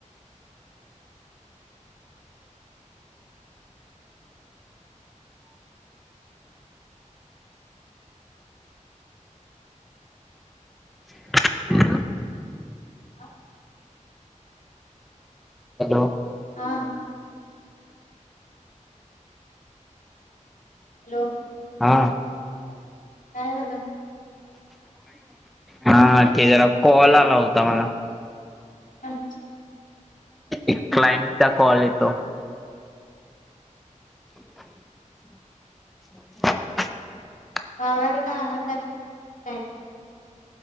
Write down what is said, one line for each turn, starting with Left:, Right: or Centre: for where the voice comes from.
Centre: ह <unintelligible>
Left: हा
Centre: हॅलो
Left: हा हॅलो
Centre: हा
Left: काय झाले
Centre: हा ते जरा कॉल आला होता मला
Left: अच्छा
Centre: एक क्लायंटचा कॉल येतो <unintelligible> <unintelligible>
Left: बारवीला आहात <inaudible>